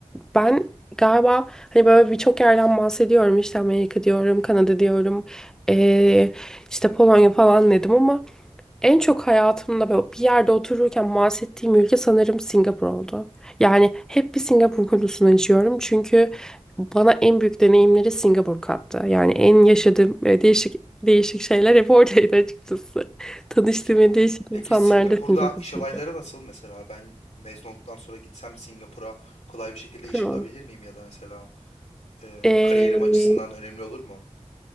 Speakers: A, in the centre; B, on the left (about 65°).
A: ben galiba hani böyle birçok yerden bahsediyorum. İşte Amerika diyorum, Kanada diyorum, ee, işte Polonya falan dedim ama en çok hayatımda böyle bir yerde otururken bahsettiğim ülke sanırım Singapur oldu. Yani hep bir Singapur konusunu açıyorum çünkü bana en büyük deneyimleri Singapur kattı. Yani en yaşadığım e, değişik değişik şeyler hep oradaydı açıkçası. <laughs> Tanıştığım
B: Peki
A: en değişik
B: peki
A: insanlar
B: Singapur'da
A: da Singapur'daydı.
B: iş olayları nasıl mesela? Ben mezun olduktan sonra gitsem Singapur'a kolay bir şekilde
A: Hı.
B: iş bulabilir miyim ya da mesela e,
A: Ee,
B: kariyerim açısından önemli olur mu?